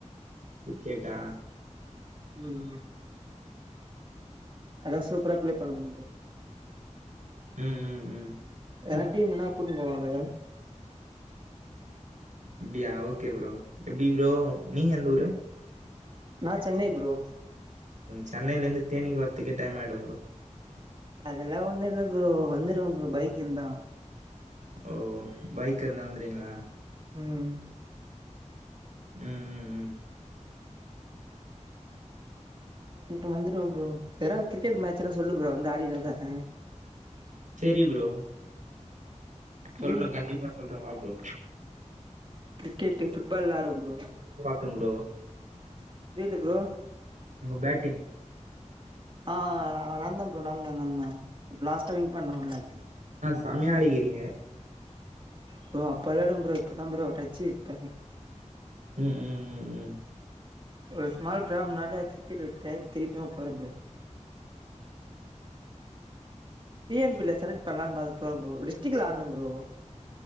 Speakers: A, on the right; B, on the right.
A: கிரிக்கெட்டா
B: ம் ம் அத்லா சூப்பரா ப்ளே பண்ணுவ ப்ரோ
A: ம் ம் ம்
B: ஏனா
A: ம்,
B: டீம்னா <unintelligible>
A: அப்படியா ஓகே புரோ எப்படி புரோ நீங்க எந்த ஊரு
B: நான் சென்னை புரோ
A: சென்னைையில இருந்து தேனிக்கு வரத்துக்கே டைம் ஆயிடும் புரோ
B: அதெல்லாம் ஒண்ணு இல்ல புரோ வந்துருவ புரோ பைக் இருந்தா
A: ஓ பைக் இருந்தா வந்துருவீங்களா
B: ம்
A: ம் ம் ம்
B: இப்போ வந்துடுவ ப்ரோ எதாவது கிரிக்கெட் மேட்ச்னா சொல்லு ப்ரோ வந்து ஆடி நா தரே
A: சரி ப்ரோ சொல்றோம்
B: ம்
A: கண்டிப்பா சொல்றோம் வா புரோ
B: க்ரிக்கெட்டு ஃபுட்பால்லா ஆடுவ ப்ரோ
A: க்கம் ப்ரோ
B: ஃபீல்டு ப்ரோ
A: உங்க பேட்டிங்
B: அ அ அ நாந்தா ப் ரோ நாந்தா நாந்தா இப் லாஸ்ட்டா வின் பண்ணோல்லா
A: சம்மயா ஆடீகிறிங்க
B: ப்ரோ அப்ப விளாடுவ ப்ரோ இப்பதா ப்ரோ டச்சு விட்டே
A: ம் ம் ம்
B: ஒரு ஸ்மால் ப்ராப்ம்னால க்ரிக்கெட் விட்ட திருப்பியு போர ப்ரோ டிஎன்பில செலக்ட் பண்ணலான் பாத்தப்ப ப்ரோ டிஸ் டிக்ல ஆடுன ப்ரோ